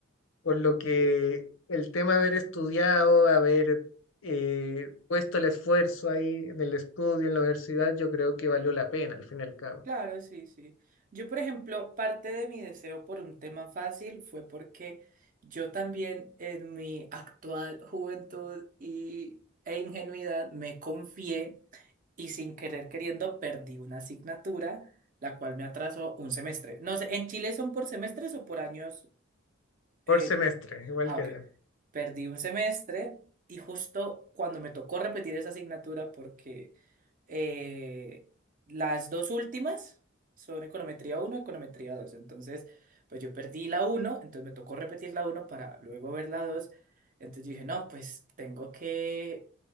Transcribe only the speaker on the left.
Por lo que el tema de haber estudiado, haber eh, puesto el esfuerzo ahí en el estudio, en la universidad, yo creo que valió la pena al fin y al cabo.
Por semestre, igual
que
allá.